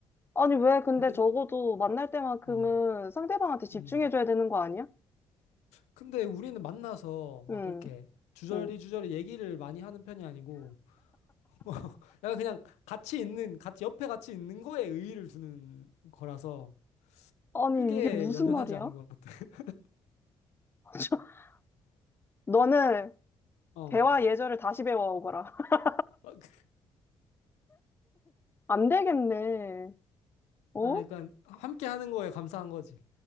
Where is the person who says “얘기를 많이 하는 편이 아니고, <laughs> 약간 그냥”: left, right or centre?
Left